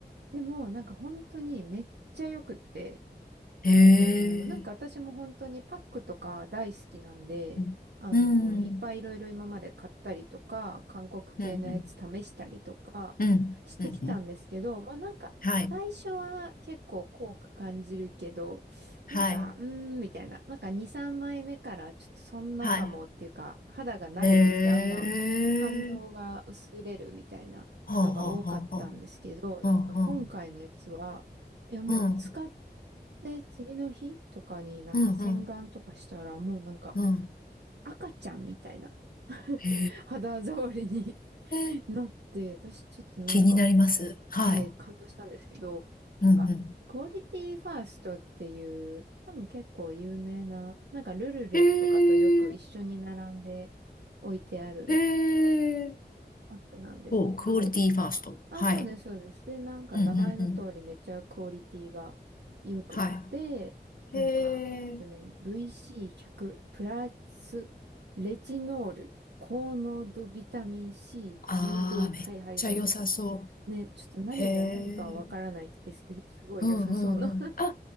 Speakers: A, on the right (about 75°); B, on the left (about 55°).
A: でも、なんか本当にめっちゃ良くって、
B: へえ。
A: あのーなんか私も本当にパックとか大好きなんで、
B: う
A: あのーいっぱいいろいろ今まで買ったりとか、
B: ん。うん。
A: 韓国系のやつ試したりとかしてきたんですけど、
B: うん。うん。うん。うん
A: まあなんか、
B: はい。
A: 最初は結構効果感じるけど、
B: はい。
A: なんか、うーん、みたいな。なんか2、3枚目からちょっとそんなかもっていうか、
B: は
A: 肌が慣れてきてあんま感動が薄れるみたいなのが多かったんですけど、
B: い。へえ。はあはあはあは
A: なんか今回のやつは、
B: あ。はあは
A: いや、もう使っ
B: あ。うん。
A: て次の日とかになんか洗顔とかしたらもうなんか
B: うん。うん。うん
A: 赤ちゃんみたいな
B: へ
A: <laughs> 肌触りに <laughs>
B: え。
A: なって、私ちょっとなんか、
B: 気になります。はい。
A: はい、感動したんですけど、なんか、
B: うんうん。
A: クオリティファーストっていう、多分結構有名な、なんかルルルンとかとよく一緒に並んで
B: へえ。
A: 置いてある
B: へえ。
A: パックなんですけど、
B: お、クオリティファースト。
A: あ、
B: はい。
A: そうです、そうです。で、なんか名前の通りめっちゃクオリティが良くって、
B: うんうんうん。は
A: なんか、
B: い。へえ。
A: えっとね、VC100 プラスレチノール高濃度ビタミン C
B: ああ、
A: 誘導体配合みたいな。
B: めっちゃ良さそ
A: ね、ちょっと何が何かはわからないですけど、
B: う。へえ。
A: すごい良さそうな。
B: うんうんうん。
A: <laughs>
B: あ、